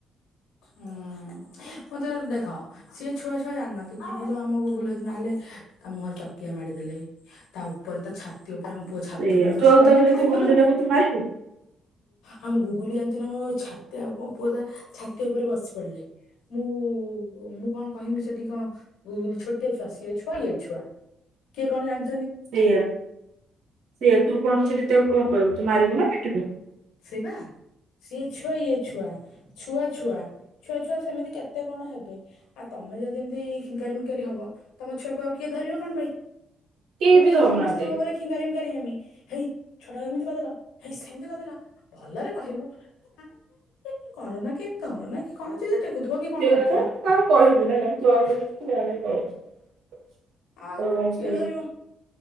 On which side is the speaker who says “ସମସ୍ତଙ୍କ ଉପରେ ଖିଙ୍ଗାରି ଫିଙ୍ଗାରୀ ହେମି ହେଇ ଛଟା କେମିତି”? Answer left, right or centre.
Left